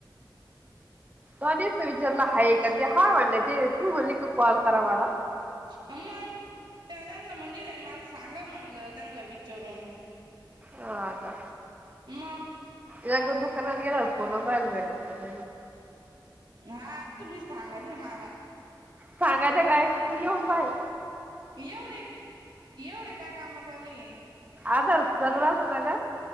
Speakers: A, on the right (about 20°); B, on the right (about 70°).
A: म्या निस्त विचारल ह का ते हा म्हणलेय ते, तू म्हणले का कॉल करा मला?
B: अ मंग त्या त्याला म्हणलं मला सांगा म्हणलं त्यांला विचारून
A: हा का
B: मग
A: इग दुकानाात गला अस फोबायल बेट <unintelligible>
B: हा तुम्ही सांगाल माला.
A: सांगायच काय तू येऊ बाय
B: एवढे एवढे काय काम झाले.
A: आधारतल <unintelligible> राजझ नग